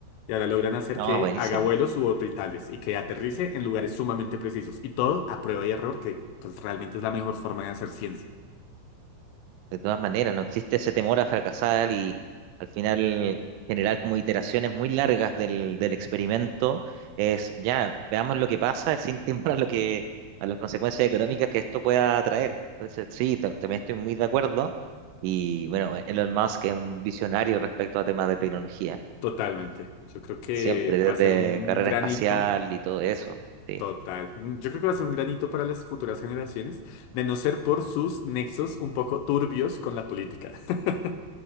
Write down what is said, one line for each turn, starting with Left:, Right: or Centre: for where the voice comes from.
Left: Y ahora logran hacer
Right: no,
Left: que
Right: buenísimo.
Left: haga vuelos suborbitales y que aterrice en lugares sumamente precisos. Y todo a prueba y error, que pues realmente es la mejor forma de hacer ciencia.
Right: De todas maneras, no existe ese temor a fracasar y al final generar como iteraciones muy largas del, del experimento. Es ya, veamos lo que pasa, es sin <laughs> temor a lo que, a las consecuencias económicas que esto pueda traer. Entonces, sí, ta- también estoy muy de acuerdo. Y bueno, e, Elon Musk es un visionario respecto a temas de tecnología,
Left: Totalmente. Yo creo que
Right: siempre desde
Left: va a ser un
Right: carrera
Left: granito
Right: espacial y todo eso. Sí,
Left: total. Un- Yo creo que va a ser un granito para las futuras generaciones, de no ser por sus nexos un poco turbios con la política. <laughs>